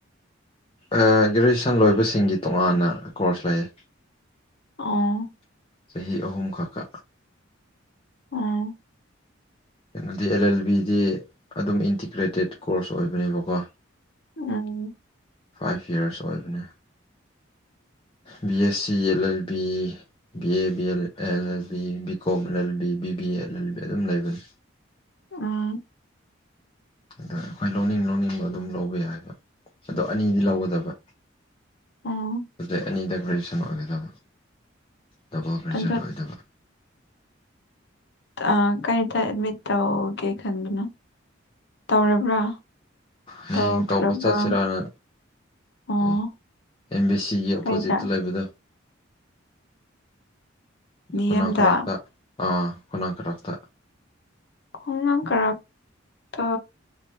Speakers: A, on the left (about 25°); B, on the left (about 60°).
A: ꯑꯥ ꯒ꯭ꯔꯦꯖꯁꯟ ꯂꯣꯏꯕꯁꯤꯡꯒꯤ ꯇꯣꯉꯥꯟꯅ ꯀꯣꯔꯁ ꯂꯩꯌꯦ
B: ꯑꯣ
A: ꯆꯍꯤ ꯑꯍꯨꯝ ꯈꯛꯀ
B: ꯎꯝ
A: ꯀꯩꯅꯣꯗꯤ ꯑꯦꯜ ꯑꯦꯜ ꯕꯤꯗꯤ ꯑꯗꯨꯝ ꯏꯟꯇꯤꯀ꯭ꯔꯦꯇꯦꯠ ꯀꯣꯔꯁ ꯑꯣꯏꯕꯅꯦꯕꯀꯣ
B: ꯎꯝ
A: ꯐꯥꯏꯚ ꯌꯥꯔꯁ ꯑꯣꯏꯕꯅꯦ B A C L L B B A B L L L B B Kom L L B B B A L L B ꯑꯗꯨꯝ ꯂꯩꯕꯅꯤ
B: ꯑꯣ
A: ꯑꯗ ꯑꯩꯈꯣꯏ ꯂꯧꯅꯤꯡ ꯂꯧꯅꯤꯡꯕ ꯑꯗꯨꯝ ꯂꯧꯕ ꯌꯥꯏꯕ ꯑꯗꯣ ꯑꯅꯤꯗꯤ ꯂꯧꯒꯗꯕ
B: ꯎꯝ
A: ꯁꯕꯖꯦꯛ ꯑꯅꯤꯗ ꯒ꯭ꯔꯦꯖꯨꯁꯟ ꯑꯣꯏꯒꯗꯕ ꯗꯕꯣ ꯐꯔꯦꯁꯔꯗ
B: ꯑꯗꯣ
A: ꯑꯣꯏꯗꯕ
B: ꯑꯥ ꯀꯩꯗ ꯑꯦꯠꯃꯤꯠ ꯇꯧꯒꯦ ꯈꯟꯕꯅꯣ ꯇꯧꯔꯕ꯭ꯔꯥ
A: ꯍꯌꯦꯡ
B: ꯇꯧꯈ꯭ꯔꯕ꯭ꯔꯥ
A: ꯇꯧꯕ ꯆꯠꯁꯦꯔꯥꯅ
B: ꯑꯣ
A: ꯑꯦ ꯑꯦꯝ ꯕꯤ ꯁꯤꯒꯤ ꯑꯣꯄꯣꯖꯤꯠꯇ
B: ꯀꯩꯗ
A: ꯂꯩꯕꯗꯣ
B: ꯗꯤ
A: ꯈꯨꯅꯥꯡ
B: ꯑꯦꯝꯗ
A: ꯀꯥꯔꯛꯇ ꯑꯥ ꯈꯨꯅꯥꯡ ꯀꯥꯔꯛꯇ
B: ꯈꯣꯅꯥꯡ ꯀꯔꯛꯇꯥ